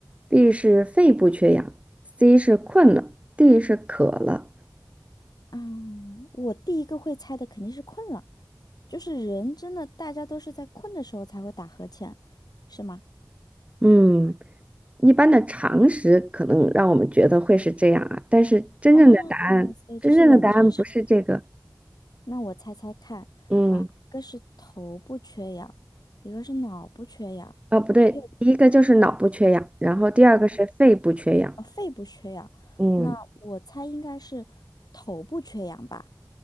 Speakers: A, on the right (about 15°); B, on the left (about 65°).
A: ，B 是肺部缺氧，C 是困了，D 是渴了。
B: 啊，我第一个会猜的肯定是困了，就是人真的大家都是在困的时候才会打呵欠，是吗？
A: 嗯，一般的常识可能让我们觉得会是这样啊，但是真正的答案，
B: 哦，所以这是冷知识。
A: 真正的答案不是这个。
B: 那我猜猜看啊，
A: 嗯
B: 一个是头部缺氧，一个是脑部缺氧，
A: 哦，不对，
B: 还有
A: 第一个就是脑部缺氧，然后第二个是肺部缺氧。
B: 嗯，呃肺部缺氧。
A: 嗯，
B: 那我猜应该是头部缺氧吧，